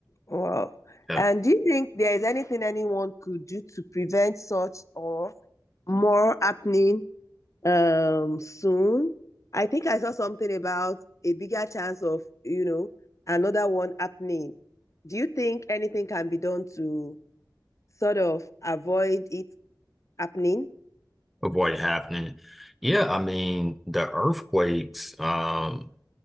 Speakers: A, on the left; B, in the centre.
A: Wow.
B: Yeah,
A: And do you think there is anything anyone could do to prevent such or more happening um soon? I think I saw something about a bigger chance of, you know, another one happening. Do you think anything can be done to sort of avoid it happening?
B: avoid it happening. Yeah, I mean, the earthquakes, um,